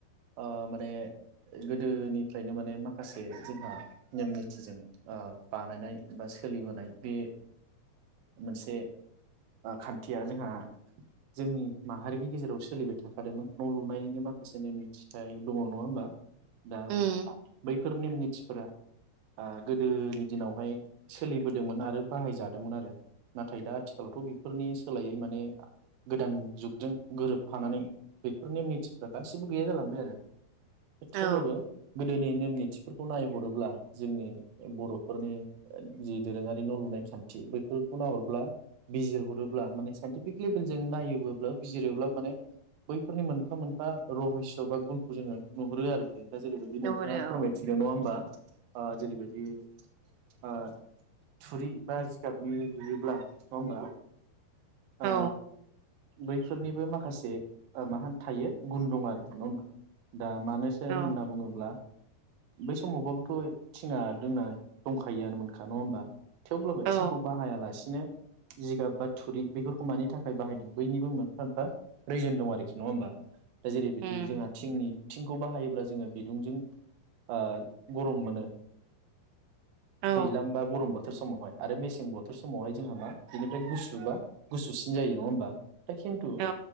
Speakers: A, on the right; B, on the right.
A: ओ माने गोदोनिफ्रायनो माने माखासे जोंहा नेम निथिजों ओ बानायनाय बा सोलिबोनाय बे मोनसे खान्थिया जोंहा जोंनि माहारिनि गेजेराव सोलिबाय थाखादोंमोन न' लुनायनि माखासे नेम निथिथाय दङ नङा होमबा। दा
B: उम
A: बैफोरनिम निथिफोरा आ गोदोनि दिनावहाय सोलिबोदोंमोन आरो बाहायजादोंमोन आरो नाथाय दा आथिखालावथ' बेफोरनि सोलायै माने गोदान जुगजों गोरोबफानानै बेफोरनि मिथिफ्रा गासिबो गैया जालांबाय आरो।
B: औ
A: थेवब्लाबो गोदोनि नेम निथिफोरखौ नायहरोब्ला जोंनि बर'फोरनि जि दोरोङारि न' लुनाय खान्थि बैफोरखौ नाहरब्ला बिजिरहरोब्ला माने साइन्टिफिक लेभेलजों नायोबोब्ला बिजिरोब्ला माने बैफोरनि मोनफा मोनफा रहस' बा गुनखौ जोङो नुहरो आरोखि। दा जेरैबायदि
B: नुहुरो
A: नोंथाङा फोरमायथिदों नङा होमबा ओ जेरैबायदि ओ थुरि बा जिगाबनि लुयोब्ला नङा होमबा
B: औ
A: ओ बैफोरनिबो माखासे मा होन थायो गुन दं आरो नङा होनबा दा मानोसो
B: औ
A: होनना बुङोब्ला बै समावबाबोथ' थिङा दोंना दंखायोआनो मोनखा नङा होमबा? थेवब्लाबो
B: औ
A: थिंखौ बाहायालासिनो जिगाब बा थुरि बेफोरखौ मानि थाखाय बाहायदों बैनिबो मोनफा मोनफा रिजन दं आरोखि नङा होमबा। दा जेरैबायदि
B: उम
A: जोंहा थिंनि थिंखौ बाहायोब्ला जोङो बिदुंजों ओ गरम मोनो।
B: औ
A: दैज्लां बा गरम बोथोर बोथोर समावहाय आरो मेसें बोथोर समावहाय जोंहा मा बेनिफ्राय गुसु बा गुसुसिन जायो नङा होमबा। खिन्थु
B: औ